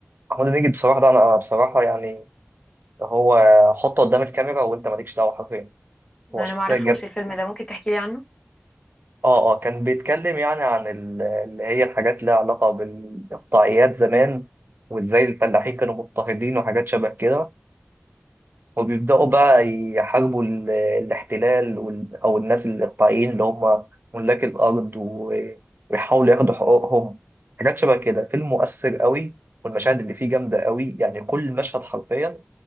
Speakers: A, on the right (about 50°); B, on the left (about 20°).
A: محمود المليجي بصراحة ده أنا بصراحة يعني هو حطه قدام الكاميرا وأنت مالكش دعوة حرفيا
B: انا
A: هو شخصية
B: معرفوش
A: جاب
B: الفيلم ده ممكن تحكي لي عنه
A: آه آه كان بيتكلم يعني عن ال- اللي هي الحاجات لها علاقة بالإقطاعيات زمان وإزاي الفلاحين كانوا مضطهدين وحاجات شبه كده وبيبدأوا بقى يحاربوا ال- الاحتلال وال- أو الناس الإقطاعيين اللي هم ملاك الأرض و- ويحاولوا ياخدوا حقوقهم حاجات شبه كده فيلم مؤثر قوي والمشاهد اللي فيه جامدة قوي يعني كل مشهد حرفيا